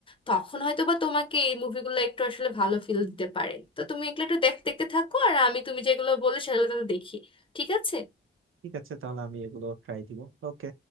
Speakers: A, on the left; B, on the right.
A: তখন হয়তো বা তোমাকে এই মুভিগুলো একটু আসলে ভালো ফিল দিতে পারে তো তুমি এগুলো একটু দেখ দেখতে থাকো আর আমি তুমি যেগুলো বললে সেগুলো তো দেখি ঠিক আছে
B: ঠিক আছে তাহলে আমি এগুলো ট্রাই দিব ওকে